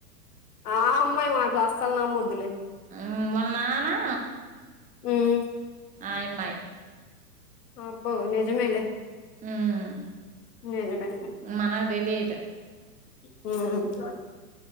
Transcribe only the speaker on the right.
హ్మ్ వాళ్ల నాన్నా
ఆయమ్మాయ్
హ్మ్
మనకి తెలియదు